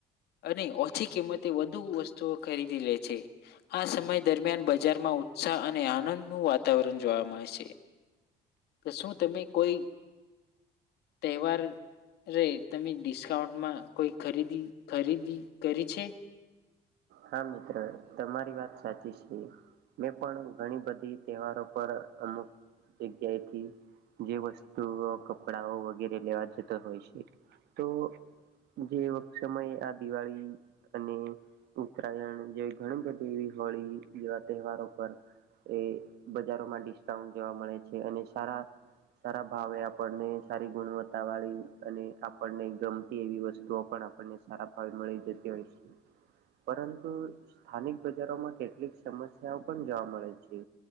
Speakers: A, on the left (about 75°); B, on the right (about 75°).
A: અને ઓછી કિંમતે વધુ વસ્તુઓ ખરીદી લે છે, આ સમય દરમિયાન બજારમાં ઉત્સાહ અને આનંદ ન વાતાવરણ જોવા મળે છે, તો શું તમે કોઈ તહેવાર <unintelligible> તમે ડિસ્કાઉન્ટમાં કોઈ ખરીદી. ખરીદી કરી છે.
B: હા મિત્ર તમારી વાત સાચી છે, મેં પણ ઘણી બધી તહેવારો પર અમુક જગ્યાએથી જે વસ્તુઓ કપડાઓ વગેરે લેવા જતા હોય છે, તો જે સમયે આ દિવાળી અને ઉત્તરાયણ જેવી ઘણી બધી એવી હોળી જેવા તહેવારો પર એ બજારોમાં ડિસ્કાઉન્ટ જેવા મળે છે, અને સારા સારા ભાવે આપણને સારી ગુણવત્તા વાળી અને આપણને ગમતી એવી વસ્તુઓ. પણ આપણને સારા <unintelligible> <inaudible> પરંતુ સ્થાનિક બજારોમાં કેટલીક સમસ્યાઓ પણ જોવા મળે છે,